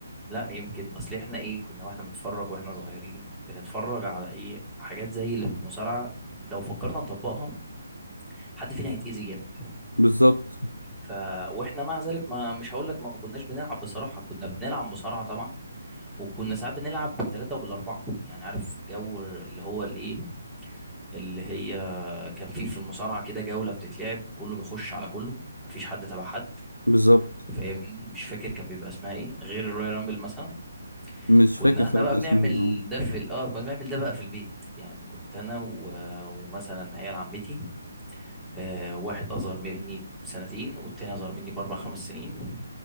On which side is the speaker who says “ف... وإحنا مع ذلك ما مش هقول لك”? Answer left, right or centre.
Centre